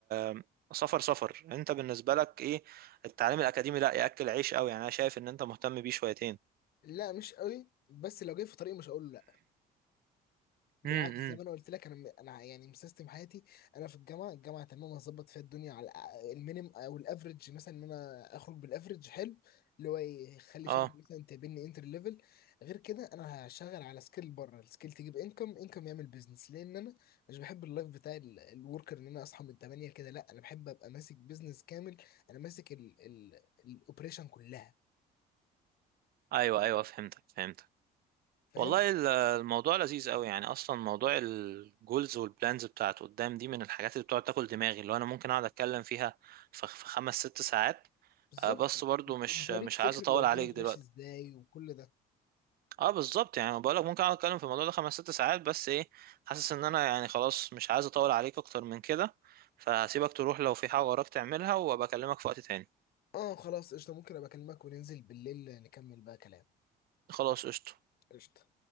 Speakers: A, on the right; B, on the left.
A: آه سفر سفر أنت بالنسبة لك إيه التعليم الأكاديمي لا يأكل عيش قوي يعني أنا شايف إن أنت مهتم بيه شويتين
B: لا مش قوي بس لو جاي في طريق مش هقول له بالعكس
A: امم
B: زي ما انا قلت لك انا م- انا يعني مسيستم حياتي انا في الجامعه الجامعه تمام هظبط فيها الدنيا على الأ- المينيم او الافريج مثلا ان انا اخرج بالافريج حلو اللي هو يخلي
A: اه
B: شركه مثلا تقابلني انتر ليفل غير كده انا هشتغل على سكيل بره السكيل تجيب انكم انكم يعمل بيزنس لان انا مش بحب اللايف بتاع ال- الوركر ان انا اصحى من 8 كده لا انا بحب ابقى ماسك بيزنس كامل انا ماسك الاوبريشن كلها
A: ايوه ايوه فهمتك فهمتك
B: فاهم
A: والله ال- الموضوع لذيذ قوي يعني اصلا موضوع الجولز والبلانز بتاعت قدام دي من الحاجات اللي بتقعد تاكل دماغي اللي هو انا ممكن اقعد اتكلم فيها في في خمس ست ساعات
B: بالظبط
A: آه، بس برضو مش
B: بتوريك
A: مش
B: فكر
A: عايز اطول
B: اللي قدامك
A: عليك دلوقتي
B: ماشي ازاي وكل ده
A: اه بالظبط يعني بقولك ممكن اقعد اتكلم في الموضوع ده خمس ست ساعات بس ايه حاسس ان انا يعني خلاص مش عايز اطول عليك اكتر من كده فهسيبك تروح لو في حاجة وراك تعملها وابقى اكلمك في وقت تاني
B: اه خلاص قشطة ممكن ابقى اكلمك وننزل بالليل نكمل بقى كلام
A: خلاص قشطة
B: قشطة